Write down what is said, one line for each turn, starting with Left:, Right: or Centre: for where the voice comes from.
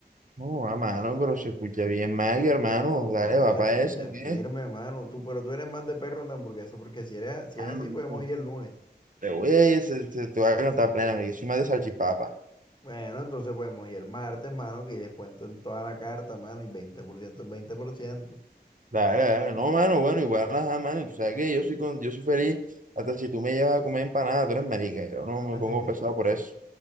Right: No, a mano, pero se escucha bien mal, hermano.
Left: Mano,
Right: Dale, va
Left: se
Right: para
Left: escucha
Right: esa, ¿qué?
Left: firme, mano, tú, pero tú eres más de perro de hamburguesa, porque si eres, si
Right: Ah,
Left: es así,
Right: no,
Left: podemos
Right: no.
Left: ir el lunes.
Right: Te voy a ir, se, se- te voy a cantar plena, marica. Soy más de salchipapa.
Left: Bueno, entonces podemos ir el martes, mano, que hay descuento en toda la carta, mano, y 20% es veinte por ciento
Right: Dale, dale. No, mano, bueno, igual, ajá, mano. y Tú sabes que yo soy, con, yo soy feliz hasta si tú me llevas a comer empanada, tú eres marica. Yo no
Left: <laughs>
Right: me pongo pesado por eso.